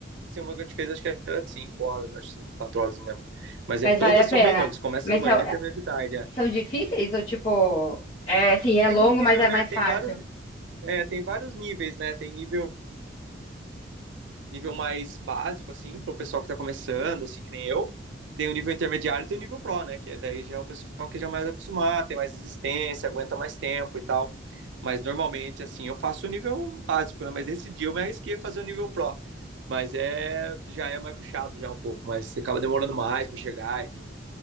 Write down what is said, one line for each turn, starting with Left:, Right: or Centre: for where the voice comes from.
Right: tem uma que a gente fez, acho que era de 5 horas, acho 5 4 horas, não lembro. Mas
Left: mas
Right: é, todas
Left: vale a pena.
Right: são bem longas, começa
Left: Mas
Right: de manhã
Left: são,
Right: e termina de tarde. é.
Left: são difíceis ou tipo, é assim, é
Right: Tem
Left: longo,
Right: um nível,
Left: mas é
Right: né?
Left: mais
Right: Tem
Left: fácil?
Right: vários, é, tem vários níveis, né? Tem nível, nível mais básico, assim, para o pessoal que está começando, assim, que nem eu. Tem o nível intermediário e tem o nível pro, né? Que é- daí já é o pessoal que já é mais acostumado, tem mais resistência, aguenta mais tempo e tal. Mas normalmente, assim, eu faço o nível básico, né? Mas esse dia eu me arrisquei a fazer o nível pro. Mas é, já é mais puxado já um pouco, mas você acaba demorando mais para chegar, enfim.